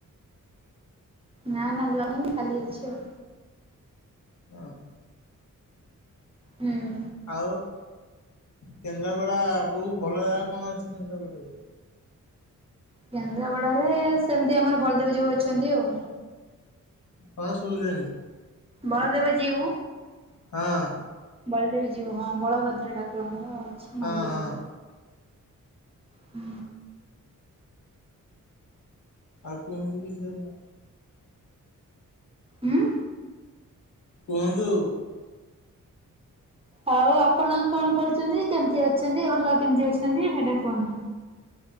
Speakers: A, on the right; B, on the left.
A: ନା ନା ଜଣେ ହିଁ ଖାଲି ଅଛି ଆଉ।
B: ଅହ
A: ହୁଁ
B: ଆଉ କେନ୍ଦ୍ରାପଡା କୋଉ ଭଲ ଜାଗା କଣ ଅଛି କେନ୍ଦ୍ରାପଡାରେ?
A: କେନ୍ଦ୍ରାପଡାରେରେ ସେମତି ଆମର ବଲଦେବ ଜୀଉ ଅଛନ୍ତି ଆଉ।
B: କଣ ଶୁବିଲାନି।
A: ବଳଦେବ ଯୀଉ।
B: ହଁ।
A: ବଳଦେବଜୀଉ ହଁ ବଳଭଦ୍ର ଠାକୁରଙ୍କର ଅଛି
B: ହଁ
A: ମନ୍ଦିର।
B: ହଁ
A: ହୁଁ।
B: ଆଉ କୁହନ୍ତୁ କିଛି ଆପଣ।
A: ଉଁମ୍
B: କୁହନ୍ତୁ।
A: ଆଉ ଆପଣ କଣ କରୁଚନ୍ତି କେମିତି ଅଛନ୍ତି ଘରଲୋକ କେମତି ଅଛନ୍ତି ସେଇଟା କୁହନ୍ତୁ।